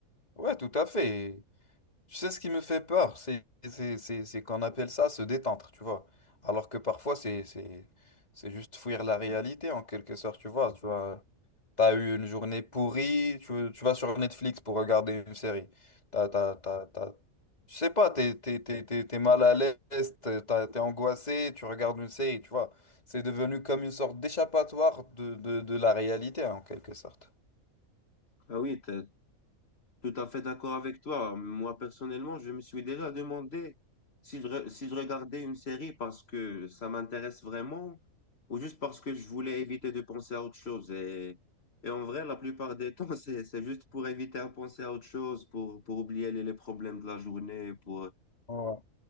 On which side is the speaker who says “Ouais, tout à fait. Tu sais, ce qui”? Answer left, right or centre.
Left